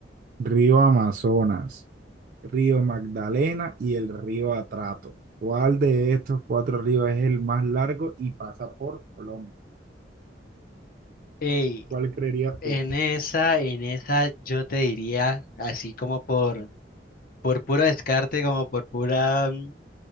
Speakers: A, on the right; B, on the left.
A: Río Amazonas, Río Magdalena y el río Atrato. ¿Cuál de estos cuatro ríos es el más largo y pasa por Colombia?
B: Ey,
A: ¿Cuál creerías
B: en
A: tú?
B: esa, en esa yo te diría, así como por, por puro descarte, como por pura, mm,